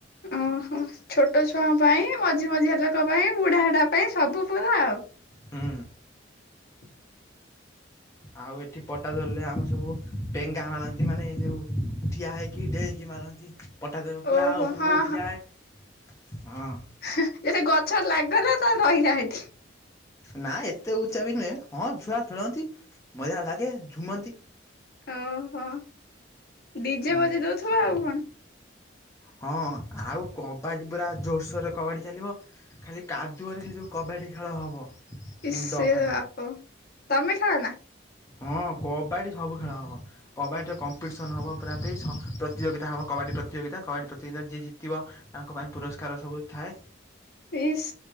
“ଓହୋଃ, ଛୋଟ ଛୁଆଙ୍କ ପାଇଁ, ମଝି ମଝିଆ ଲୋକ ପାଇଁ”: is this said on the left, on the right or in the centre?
Left